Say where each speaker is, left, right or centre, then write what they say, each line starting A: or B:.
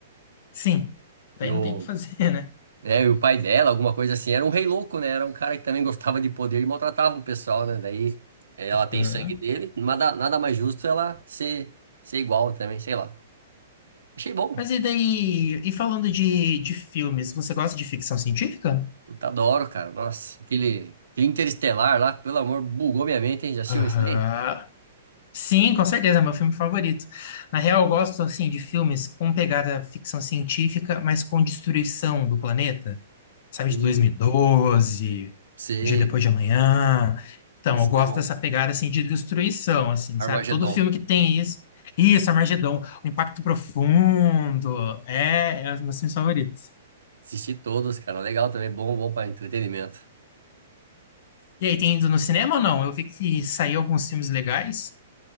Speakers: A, on the left; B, on the right.
A: sim. Daí
B: E o,
A: não tem o que fazer, <laughs> né?
B: né? E o pai dela, alguma coisa assim, era um rei louco, né? Era um cara que também gostava de poder e maltratava o pessoal, né? Daí ela tem
A: Aham.
B: sangue dele, nada, nada mais justo ela ser, ser igual também, sei lá. Achei bom.
A: Mas e daí? E falando de, de filmes, você gosta de ficção científica?
B: Puta, adoro, cara. Nossa, aquele, aquele Interestelar lá, pelo amor, bugou minha mente, hein? Já assistiu
A: Aham.
B: esse daí?
A: Sim, com certeza, é meu filme favorito. Na real, eu gosto assim de filmes com pegada ficção científica, mas com destruição do planeta, sabe,
B: Hum,
A: de 2012,
B: sei.
A: de Depois de Amanhã. Então,
B: Esse
A: eu gosto
B: é bom.
A: dessa pegada assim de destruição, assim,
B: Armagedon.
A: sabe? Todo filme que tem isso, isso, Armagedon, o Impacto Profundo, é, é um dos meus filmes favoritos.
B: Assisti todos, cara. Legal também, bom, bom para entretenimento.
A: E aí, tem ido no cinema ou não? Eu vi que saiu alguns filmes legais.